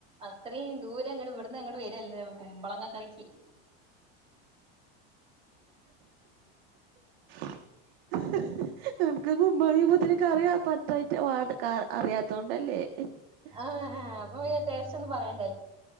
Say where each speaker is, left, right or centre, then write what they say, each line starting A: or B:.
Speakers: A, on the right; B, on the right.
A: അത്രയും ദൂരം ഇങ്ങള് ഇവിടുന്ന് അങ്ങട്ട് വരല്ലേ കുമ്പളങ്ങ കറിക്ക്
B: <unintelligible> <unintelligible> അറിയാത്തോണ്ടല്ലേ
A: ആഹ് ആ അപ്പൊ പിന്നെ ടേസ്റ്റൊന്നും പറയണ്ട